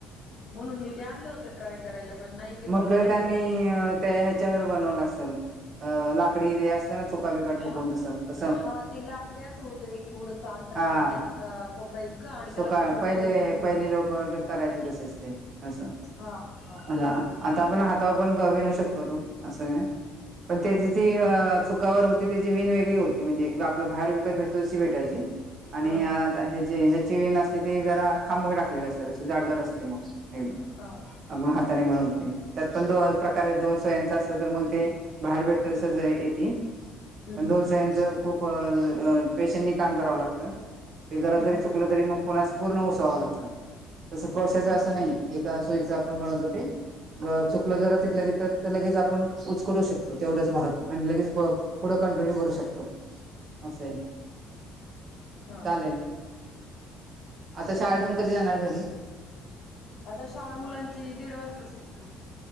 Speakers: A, on the left (about 60°); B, on the right (about 50°).
A: म्हणून मी ते आणलं होतं ट्राय करायला पण नाही ते मला
B: म्हटलं
A: नाही
B: त्यांनी
A: जमलं मग
B: त्या ह्याच्यावर बनवलं असेल लाकडी ते असत ना च ढोकळा बिकळा ठोकुन
A: हा
B: तस तस
A: हा ते लाकडी असं होतं एक थोडस अंतरावर
B: हा
A: आपल्या हाता कोपरा इतकं आणि त्याला
B: सुख
A: असे छोटे
B: पहिले
A: छोटे हे होत
B: पहिली लोक करायचे तसेच ते अस
A: हा हा
B: आता
A: तेच होत
B: आपण हातावर पण गवी न शकतो. असं आहे पण
A: हा
B: त्याची
A: हा
B: ती चुक कवर होती त्याची विण वगळी होती म्हणजे आपलं बाहेर विकत भेटतो तशी भेटायची. आणि
A: हा
B: आता
A: हा हा
B: हे जे ह्याची विण असते ते जरा खांबग टाकलेले असते त जाडजड असते मग एकम
A: हा
B: आपण हाताने बनवते त्यात पण दो प्रकारे दोन सुयांचं असलं तर मग ते बाहेर भेटत तसंच
A: हम्म
B: येते
A: हम्म
B: पण दोन
A: हम्म.
B: सुयांच खूप प पेशंटनी काम करावं लागतं ते जरा
A: हम्म
B: जरी चुकलं तरी मग पुन्हा स पूर्ण उसावावं लागतं तसं कोळशाचं
A: हम्म
B: असं नाही येत त्या सुईच आपण बनवलत ते चुकलं
A: हम्म
B: जरा तिथल्या येतात तर लगेच आपण उचकडू शकतो तेवढंच भाग आणि लगेच पुढं कंटिन्यू करू शकतो असय
A: हा
B: चालेल
A: का हा
B: आता शाळेतून कधी जाणार घरी
A: आता शाळा मुलांची दीड वाजता सुट्टी